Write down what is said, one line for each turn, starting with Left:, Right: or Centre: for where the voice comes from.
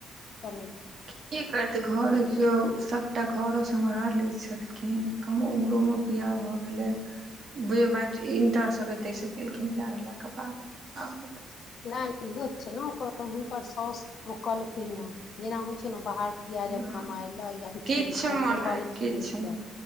Left: तऽ
Right: की करते घोरदेखियो सभटा घरो समहैर ले छेलखिन कम उमरो में बियाह भ गेलै बी ए मैट इंटर सभ एतै से केलखिन बियाह भेलाक बाद आब
Left: लाल हो छै। न ओकर हुनकर सोस रोकलकै नै जेना होइ छै ने बाहर या
Right: हँ
Left: जब कमाय लय या किछो
Right: किछु
Left: भी करैलय
Right: मने
Left: रौकलखिन
Right: किछु
Left: केँ